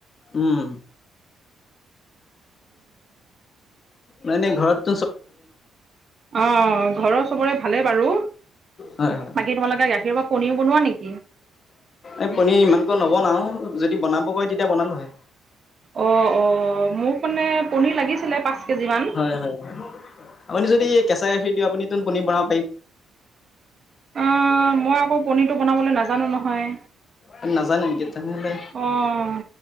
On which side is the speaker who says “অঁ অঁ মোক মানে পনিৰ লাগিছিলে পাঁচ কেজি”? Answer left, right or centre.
Right